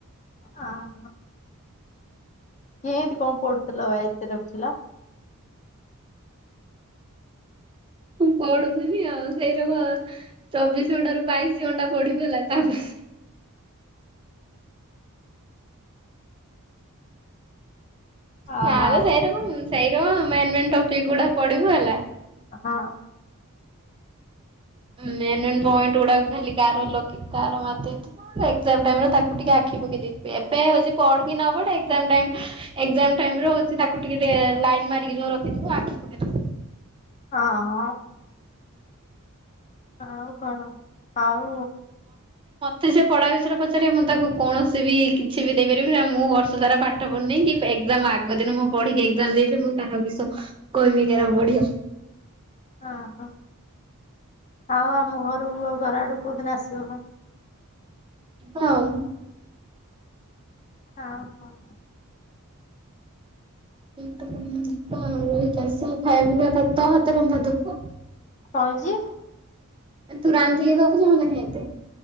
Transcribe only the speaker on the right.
ମୁଁ ପଢୁଥିଲିନି ଆଉ ସେଇର ଚବିଶ ଘଣ୍ଟା ରୁ ବାଇଶି ଘଣ୍ଟା ପଢିବ ହେଲା ତାପ
ନା ଲୋ ସେଇ ରକମ୍ ସେଇ ରକମ ମେନ୍ ମେନ୍ ଟପିକ ଗୁଡ଼ା ପଡିବୁ ହେଲା।
ମେନ୍ ମେନ୍ ପଏଣ୍ଟ ଗୁଡାକ ଖାଲି ଗାର ଲଗେ ଗାର ମାରିଦେଇଥିବୁ ନହେଲେ ଏଗଜାମ ଟାଇମ୍ ରେ ତାକୁ ଟିକେ ଆଖି ପକେଇଦେଇ ଥୀବେ ଏବେ ହଉଛି ପଢି କିନ ପଢଏଗଜମି ଟାଇମି ହଉଛି ତାକୁ ଟିକେ ଲାଇନ୍ ମାରିକି ଯଉ ରଖିିବ ଆଖିଖ
ସେ ସେ ପଢା ବିଷୟରେ ପଚାର ମୁଁ ତାକୁ କୌଣସି ବି କିଛି ବି ଦେଇପାରିବି ନା ମୁଁ ବର୍ଷ ତାରା ପାଠ ପଢୁନି କି ଏଗଜମ ଆଗ ଦିନ ମୁଁ ପଢିକି ଏାମ ଦେଇି ମୁଁ କାହା ବିଷ କହମି କେନ ପଢଚି।
ହଉ।
<unintelligible> ଆମରଷ ଖାଇବା ପିଇବା ଖ ହାତ ରନ୍ଧା ଦବୁ।
ତୁ ରନ୍ଧାେକିଇ ଦୋବୁ ଖାଇତେ <unintelligible>